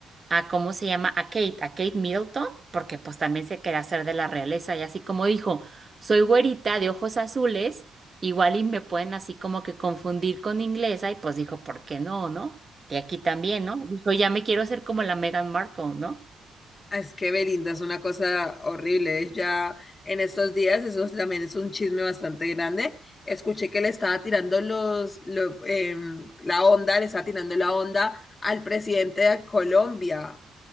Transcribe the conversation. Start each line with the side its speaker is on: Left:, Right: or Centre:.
Right: a cómo se llama, a Kate, a Kate Middleton, porque pues también se quería hacer de la realeza y así como dijo, soy güerita de ojos azules, igual y me pueden así como que confundir con inglesa y pues dijo, ¿por qué no, no? De aquí también, ¿no? Dijo, ya me quiero hacer como la Meghan Markle, ¿no?
Left: Ah, Es que Belinda es una cosa horrible. Ella en estos días, eso también es un chisme bastante grande. Escuché que le estaba tirando los, lo- em, la onda, le estaba tirando la onda al presidente de Colombia.